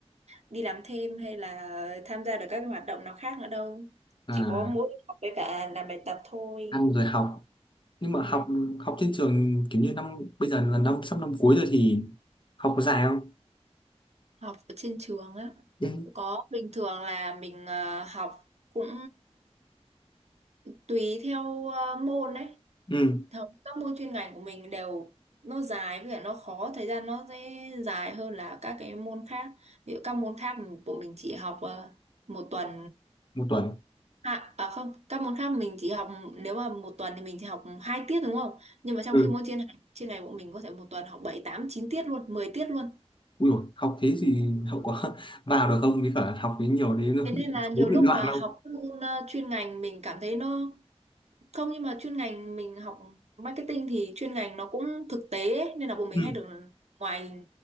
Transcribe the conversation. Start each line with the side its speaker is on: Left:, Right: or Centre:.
Right: đi làm thêm hay là tham gia được các hoạt động nào khác nữa đâu
Left: À,
Right: chỉ có mỗi học với cả làm bài tập thôi
Left: ăn rồi học. Nhưng mà
Right: ừ.
Left: học học trên trường kiểu như năm bây giờ là năm sắp năm cuối rồi thì học có dài không?
Right: học ở trên trường á
Left: Ừ.
Right: có bình thường là mình ờ, học cũng tùy theo ờ, môn đấy
Left: Ừ,
Right: Thường các môn chuyên ngành của mình đều nó dài với cả nó khó thời gian nó sẽ dài hơn là các cái môn khác ví dụ các môn khác của mình chỉ học ờ, một tuần
Left: một tuần.
Right: à, à không các môn khác mình chỉ học nếu mà một tuần thì mình chỉ học hai tiết đúng không nhưng mà trong
Left: Ừ.
Right: khi môn chuyên ngành chuyên ngành của mình có thể một tuần học bảy tám chín tiết luôn 10 tiết luôn
Left: Ui dồi, học thế thì hậu quả <laughs> vào được không? Với cả học đến nhiều đến <laughs> nó
Right: thế nên là nhiều
Left: thú
Right: lúc
Left: bị loạn
Right: mà học
Left: không?
Right: các môn ờ, chuyên ngành mình cảm thấy nó Không nhưng mà chuyên ngành mình học marketing thì chuyên ngành nó cũng thực tế ấy, nên là bọn mình
Left: Ừ,
Right: hay được ngoài